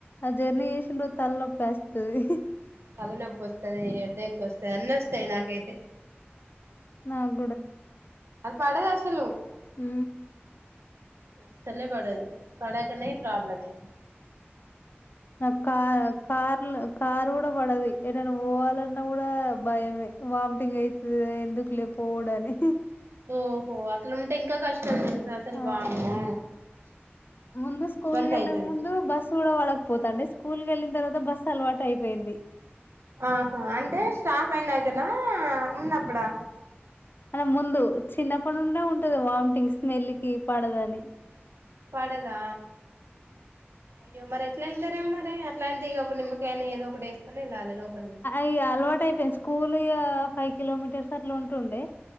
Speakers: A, on the left (about 50°); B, on the right (about 75°).
A: ఆ జర్నీ చేసిన రోజు తలనొప్పివేస్తది
B: తల నొప్పి వస్తు వస్తది హెడేక్ వస్తది అన్ని వస్తాయి నాకైతే
A: నాకు
B: పడదసలు
A: ఉ
B: అస్సలే పడదు పడకనే ప్రాబ్లంఅయ్యింది
A: నాకు కార్ కార్లో కార్ కూడా పడది ఎటైనా పోవాలన్నా కూడా భయమే వామిటింగ్ అయితది ఎందుకులే పోవుడని
B: ఓహో అట్లుంటే ఇంకా కష్టం లే అసలు
A: ఆ
B: వామ్మో
A: ముందు స్కూల్కెల్లక
B: ఇబ్బంది అయితది
A: ముందు బస్ కూడా పడక పోతాండే స్కూల్ వెళ్ళిన తర్వాత బస్సు అలవాటు అయిపోయింది
B: ఆహా అంటే స్టాప్ అయినాకన ఉన్నప్పుడా
A: అ ముందు చిన్నప్పటి నుండే ఉంటది వామిటింగ్ స్మెల్ కి పడదని
B: పడదా అయ్యో మరి ఎట్లా వెళ్తారు మరీ అట్లాంటి ఇ ఒక నిమ్మకాయైన ఏదో ఒకటి వేసుకొని వెళ్ళాలి లోపలికి
A: ఇగ అలవాటు అయిపోయింది స్కూల్ ఇక ఫైవ్ కిలోమీటర్స్ అట్లా ఉంటుండే